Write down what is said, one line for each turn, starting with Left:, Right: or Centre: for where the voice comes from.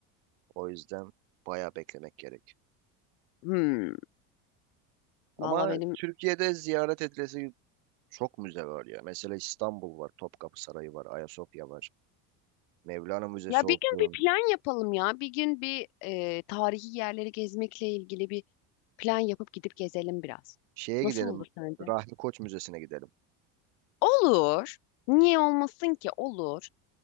Right: O yüzden bayağı beklemek gerek.
Left: Hmm.
Right: Ama
Left: Valla benim
Right: Türkiye'de ziyaret edilesi Çok müze var ya. Mesela İstanbul var, Topkapı Sarayı var, Ayasofya var. Mevlana Müzesi
Left: Ya
Right: olsun.
Left: bir gün bir plan yapalım ya. Bir gün bir e, tarihi yerleri gezmekle ilgili bir plan yapıp gidip gezelim biraz.
Right: Şeye gidelim,
Left: Nasıl olur sence?
Right: Rahmi Koç Müzesi'ne gidelim.
Left: Olur. Niye olmasın ki? Olur.